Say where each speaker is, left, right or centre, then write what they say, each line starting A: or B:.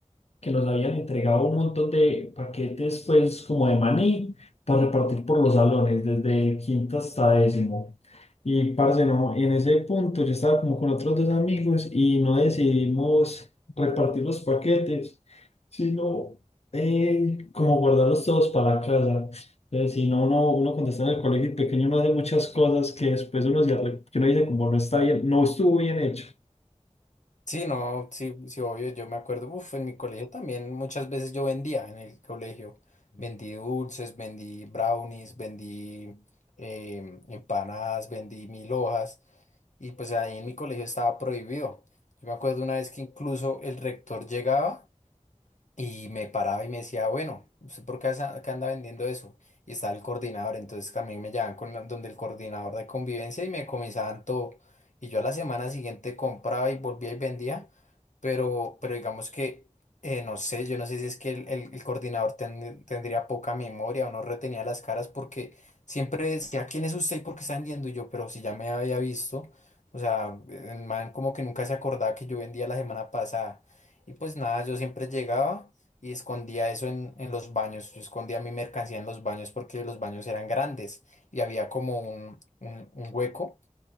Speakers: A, on the left; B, on the left.
A: que los habían entregado un montón de paquetes, pues como de maní, para repartir por los salones, desde quinto hasta décimo. Y parce, no, en ese punto yo estaba como con otros dos amigos y no decidimos repartir los paquetes, sino eh, como guardarlos todos para la casa. Entonces, si no, uno, uno cuando está en el colegio y pequeño uno hace muchas cosas que después uno, se arre- que uno dice como no está bien, no estuvo bien hecho.
B: Sí, no, sí, sí, obvio, yo me acuerdo, uf, en mi colegio también muchas veces yo vendía en el colegio, vendí dulces, vendí brownies, vendí em, empanadas, vendí mil hojas. Y pues ahí en mi colegio estaba prohibido. Yo me acuerdo una vez que incluso el rector llegaba Y me paraba y me decía, bueno, ¿usted por qué asa- qué anda vendiendo eso? Y estaba el coordinador, entonces también me llevaban con la- donde el coordinador de convivencia y me comisaban todo. Y yo a la semana siguiente compraba y volvía y vendía, pero, pero digamos que, eh, no sé, yo no sé si es que el, el- el coordinador ten- tendría poca memoria o no retenía las caras porque siempre decía, ¿quién es usted y por qué está vendiendo? Y yo, pero si ya me había visto, o sea, el man como que nunca se acordaba que yo vendía la semana pasada. Y pues nada, yo siempre llegaba y escondía eso en, en los baños. Yo escondía mi mercancía en los baños porque los baños eran grandes y había como un, un, un hueco